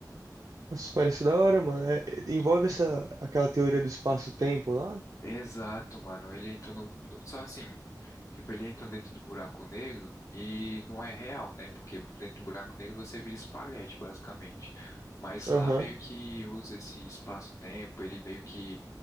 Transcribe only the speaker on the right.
Nossa, parece da hora, mano. É, envolve essa aquela teoria do espaço-tempo lá?
Aham.